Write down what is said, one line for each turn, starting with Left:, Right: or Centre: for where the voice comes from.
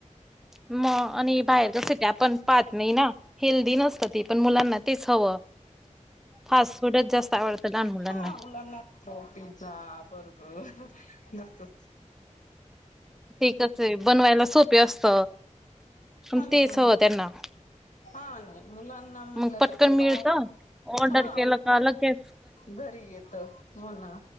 Centre: मग आणि बाहेर कस ते आपण पाहत नाही ना हेल्दी नसतं ते पण मुलांना तेच हवं फास्ट फूडच जास्त आवडतं लहान मुलांना
Left: हा उला नातो पिझ्झा बर्गर तर
Centre: ते कस आहे बनवायला सोपे असत पण
Left: हो
Centre: तेच
Left: ना हो
Centre: हवं
Left: ना
Centre: त्यांना
Left: हा नाही मुलांना म्हणलं
Centre: मग पटकन
Left: तर का
Centre: मिळत
Left: पाव
Centre: ऑर्डर
Left: हा
Centre: केला की
Left: घरी येत हो ना